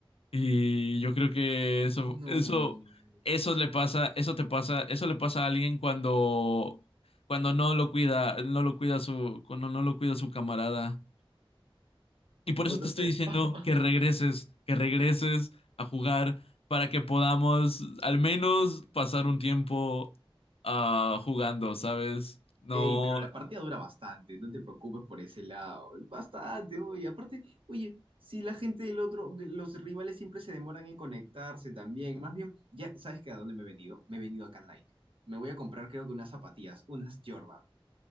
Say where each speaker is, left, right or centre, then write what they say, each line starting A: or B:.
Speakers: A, on the left; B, on the right.
A: Y yo creo que eso,
B: no.
A: eso, eso le pasa, eso te pasa, eso le pasa a alguien cuando, cuando no lo cuida, no lo cuida su, cuando no lo cuida su camarada. Y por
B: O
A: eso
B: sea,
A: te estoy
B: se...
A: diciendo
B: <laughs>
A: que regreses, que regreses a jugar para que podamos al menos pasar un tiempo ah, jugando, ¿sabes? No,
B: Ey, pero la partida dura bastante, no te preocupes por ese lado. Bastante, oye. Aparte, oye, si la gente del otro, de los rivales siempre se demoran en conectarse también. Más bien, ya, ¿sabes qué? ¿A dónde me he venido? Me he venido acá a Nike. Me voy a comprar, creo que unas zapatillas, unas Jordan.